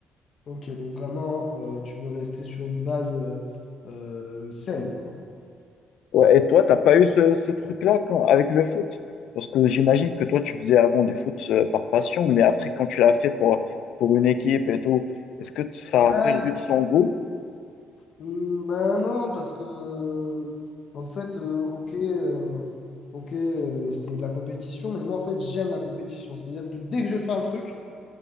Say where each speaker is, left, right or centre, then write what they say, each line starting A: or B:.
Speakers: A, on the left; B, on the left.
A: Ok, donc vraiment, euh, tu veux rester sur une base euh, euh, saine, quoi.
B: Ouais, et toi, t'as pas eu ce, ce truc-là quand- avec le foot? Parce que j'imagine que toi, tu faisais avant du foot euh, par passion, mais après, quand tu l'as fait pour, pour une équipe et tout, est-ce que ça
A: Ouais,
B: a perdu de son goût?
A: Hmm, ben non, parce que en fait, euh, ok, euh, ok, euh, c'est de la compétition, mais moi en fait j'aime la compétition. C'est-à-dire que dès que je fais un truc,